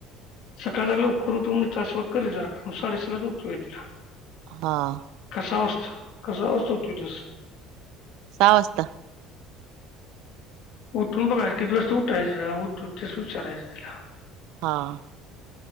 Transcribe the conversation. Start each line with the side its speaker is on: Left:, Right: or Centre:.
Left: सकाळंचा लोवकरं ऊठ तासांवर करलं जाणारं कामं साडेसहालांच उठोय तिलां
Right: हां
Left: कसां वां असतो कसां वां असतो तो दिवसं
Right: सहा वाजतां.
Left: उठूंन बघायचं किती वाजतं उठायचं ऊठ तेसं विचारायचं तिलां.
Right: हां.